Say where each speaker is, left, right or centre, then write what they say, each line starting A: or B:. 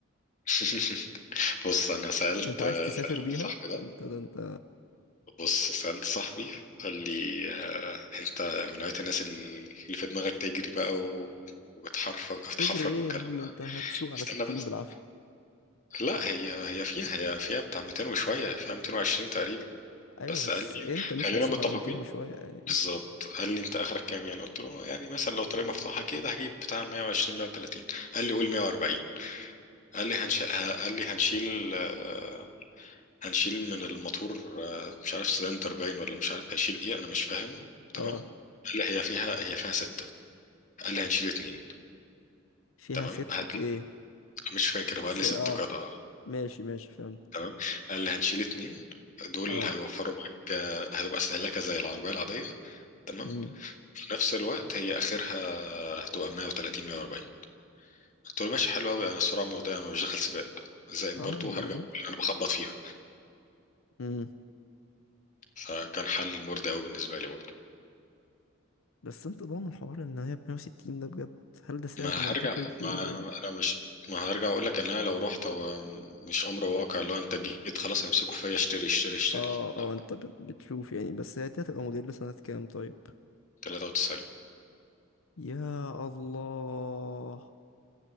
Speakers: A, on the left; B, on the left.
A: <laughs> بص أنا سألت
B: <laughs> انت عايز تسافر
A: سألت
B: بيها
A: صاحبي
B: ده
A: ده
B: انت ده انت
A: بص سألت صاحبي قال لي آه، أنت من نوعية الناس اللي في دماغك تجري بقى و... وتحرفك تحفرك
B: تجري ايه
A: والكلام
B: يا عم انت
A: ده
B: هتسوق على
A: استنى
B: 60
A: بس
B: بالعافية
A: لا هي هي فيها هي فيها بتاع 200 وشوية فيها 220 تقريبا
B: ايوه
A: بس
B: بس
A: قال لي
B: انت مش
A: خلينا
B: هتسوق
A: متفقين
B: على 200 وشوية يعني
A: بالظبط قال لي انت اخرك كام يعني قلت له يعني مثلا لو طريق مفتوحة كده هجيب بتاع 120 130 قال لي قول 140 قال لي هنش... ه- قال لي هنشيل آه، هنشيل من الموتور آه، مش عارف سلندر باين ولا مش عارف هشيل ايه انا مش فاهم تمام
B: اه
A: قال لي هي فيها هي فيها ستة قال لي هنشيل اتنين
B: فيها
A: تمام
B: ستة
A: هد...
B: ايه
A: مش فاكر هو
B: س...
A: قال لي
B: اه
A: ست قطع
B: ماشي ماشي فهمت
A: تمام انا اللي هنشيل اتنين دول
B: اه
A: هيوفروا معاك آه، هيبقى استهلاكها زي العربية العادية تمام
B: امم
A: في نفس الوقت هي آخرها هتبقى 130 140 قلت له ماشي حلو أوي أنا السرعة مرضية أنا مش داخل سباق زائد
B: اه
A: برضو هرجع
B: بالظبط
A: أنا بخبط فيها
B: امم
A: فكان حل مرضي أوي بالنسبة لي برضو
B: بس انت ضامن حوار ان هي ب 160 ده بجد هل ده سعر
A: ما
B: منطقي
A: هرجع
B: لل...
A: ما
B: لل-
A: أنا أنا مش ما هرجع أقول لك إن أنا لو رحت هو مش أمر واقع اللي هو أنت جيت خلاص هيمسكوا فيا اشتري اشتري اشتري
B: اه
A: لا
B: اه انت ب... بتشوف يعني بس هي دي هتبقى موديل سنة كام طيب
A: 93
B: يا الله